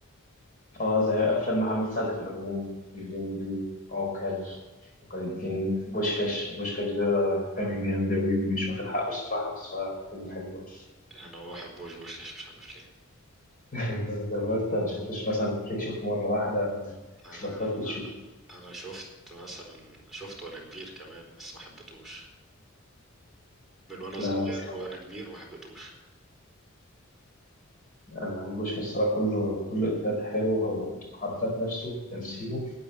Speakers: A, on the left; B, in the centre.
A: اه زي افلام محمد سعد في العموم الليمبي عوكل عوكل الدين بوشكاش بوشكاش ده كان جامد أوي مش واخد حقه الصراحة بس هو فيلم حلو أوي
B: انا ما بحبوش بوشكاش مش عارف ليه
A: <laughs> ده ده وأنت ما شفتوش مثلا تلاقيك شفته مرة واحدة أو
B: انا
A: بطلت تشوف
B: انا شفت مثلا شفته وانا كبير كمان بس ما حبيتهوش من وانا
A: لا
B: صغير
A: صعب
B: وانا كبير ما حبيتهوش
A: أنا بحب بوشكاش الصراحة كله كله إفيهات حلوة وحركات نفسه وتمثيله